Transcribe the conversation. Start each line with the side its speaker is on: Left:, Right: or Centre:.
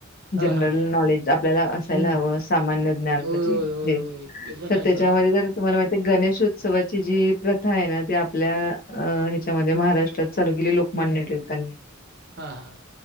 Right: हा
Left: जनरल नॉलेज आपल्याला असायला
Right: हम्म
Left: हवं. सामान्य ज्ञान
Right: होय
Left: म्हणजे
Right: होय होय
Left: जे
Right: होय ते पण
Left: तर
Right: आहे
Left: त्याच्यामध्ये
Right: सोडा
Left: जर तुम्हाला माहितेय, गणेश उत्स उत्सवाची जी प्रथा आहे ना ती आपल्या अ- ह्याच्यामध्ये महाराष्ट्रात चालू केली लोकमान्य
Right: हम्म
Left: टिळकांनी.
Right: हा हा